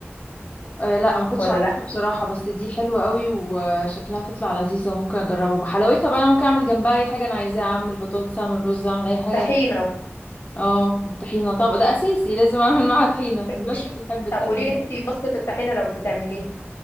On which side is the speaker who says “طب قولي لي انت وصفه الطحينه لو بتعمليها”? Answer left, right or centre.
Left